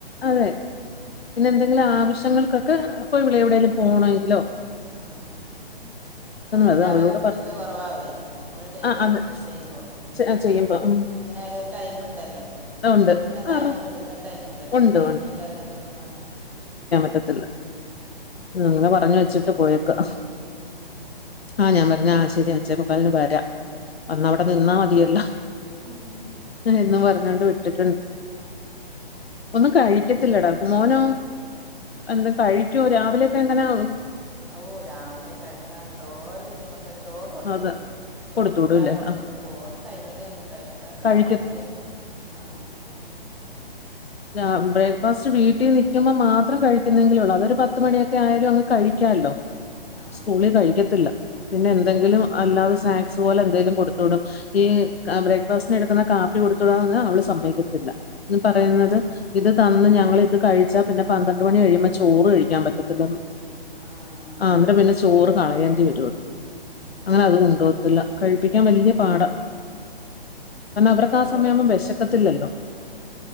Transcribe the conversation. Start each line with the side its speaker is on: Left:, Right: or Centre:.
Left: അതെ പിന്നെ എന്തെങ്കിലും ആവശ്യങ്ങൾക്കൊക്കെ അ അപ്പൊ എവിടെേങ്കിലും പോണങ്കിലോ
Centre: ആ അല്ലെങ്കി
Left: അത് അവളോട്
Centre: അവർക്കും
Left: പറ
Centre: ഇഷ്ട കുറവാവേ നമ്മള് ഡെയിലി
Left: ആഹ് അതെ
Centre: ഇങ്ങനെ ചെയ്യുമ്പോ കുട്ട്യാക്ക്
Left: ചെയ്യുമ്പോ
Centre: ക്ക്
Left: ഉം
Centre: എങ്ങനായാലും ഒരു ടൈമ്ണ്ടല്ലോ
Left: ഉണ്ട്
Centre: കൂടുന്നൊരു ടൈമും
Left: ആറ്
Centre: വിടുന്നൊരു ടൈമും ഉണ്ടല്ലോ
Left: ഉണ്ട്
Centre: അത് കഴിഞ്ഞല്ലാതെ നമ്മള് ആ
Left: റ്റത്തില്ല അങ്ങനെ പറഞ്ഞ് വെച്ചിട്ട് പോയേക്കാ
Centre: ഉം
Left: ആ ഞാൻ പറഞ്ഞേ ആ ശരിയാ അഞ്ചേമുക്കാൽന്ന് വരാ അന്നവിടെ നിന്നാ മതിയല്ലോ
Centre: ഉം
Left: എന്നും പറഞ്ഞാണ്ട് വിട്ടിട്ടുണ്ട് ഒന്നും കഴിക്കത്തില്ലടാ മോനോ എന്താ കഴിക്കോ രാവിലെയൊക്കെ എങ്ങനാവൻ
Centre: ഓ രാവിലെ കഴിക്കാൻ എന്തോരം ബുദ്ധിമുട്ടാ ചോറ് കൊടുത്തു
Left: അത്
Centre: വിടും ചോറും
Left: കൊടുത്തു
Centre: കൂട്ടാനും
Left: വിടൂല്ലേ
Centre: കൊടുത്ത്ടും
Left: ആ
Centre: പോണ ടൈമില് ഒന്നും കഴിക്കാത്തതാണ്
Left: കഴിക്ക
Centre: വല്ല്യ ആ
Left: ആ ബ്രേക്ക്ഫാസ്റ്റ് വീട്ടിൽ നിക്കുമ്പോ മാത്ര ത്രം കഴിക്കുന്നെങ്കിലൊള്ളൂ അത് ഒരു പത്ത് മണിഒക്കെ ആയാലും അങ്ങ് കഴിക്കാല്ലോ
Centre: ആഹ്
Left: സ്കൂളിൽ
Centre: അതെ അതെ
Left: കഴിക്കത്തില്ല പിന്നെ എന്തെങ്കിലും
Centre: കോൾ
Left: അല്ലാതെ സ്നാ ക്സ് പോലെ എന്തേലും കൊടുത്ത്ടും ഈ ബ്രേക്ക്ഫാസ്റ്റിന് എടുക്കുന്ന കാപ്പി കൊടുത്ത്ടാന്ന് പറഞ്ഞാ അവള് സമ്മതിക്കത്തില്ല ഉം പറയുന്നത്
Centre: ആഹ് ആഹ്
Left: ഇത് തന്ന് ഞങ്ങള് ഇത് കഴിച്ചാ പിന്നെ പന്ത്രണ്ട് മണി കഴിയുമ്പോ ചോറ് കഴിക്കാൻ പറ്റത്തില്ലന്ന്
Centre: ആഹ്
Left: ആം
Centre: ആഹ്
Left: പിന്നെ ചോറ് കളയേണ്ടി വരോന്ന്
Centre: ആഹ്
Left: അങ്ങനെ അതും കൊണ്ടോകത്തില്ല കഴിപ്പിക്കാൻ വല്ല്യ പാടാ കാരണം അവർക്ക്
Centre: ചോറ്
Left: ആ സമയം ആവുമ്പം വെശക്കത്തില്ലല്ലോ